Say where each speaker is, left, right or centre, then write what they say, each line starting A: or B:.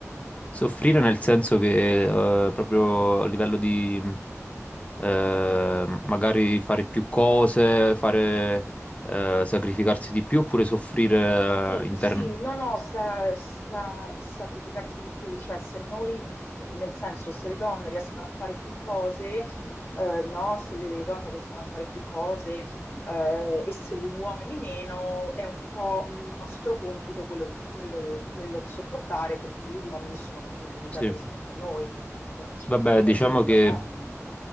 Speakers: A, on the left; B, on the left.
A: Soffrire nel senso che eh, proprio a livello di eh, magari fare più cose, fare eh, sacrificarsi di più oppure soffrire
B: Sì,
A: eh, intern-
B: Sì, no, no, sa, sa- sacrificarsi di più, cioè se noi, eh, nel senso, se le donne riescono a fare più cose, eh, no, se le donne riescono a fare più cose, eh, e se gli uomini meno, è un po' il nostro compito quello di, quello- quello di sopportare perché gli uomini sono più limitati
A: Sì.
B: rispetto a noi, però c'è
A: Vabbè,
B: chi
A: diciamo
B: l'ha detto,
A: che
B: no?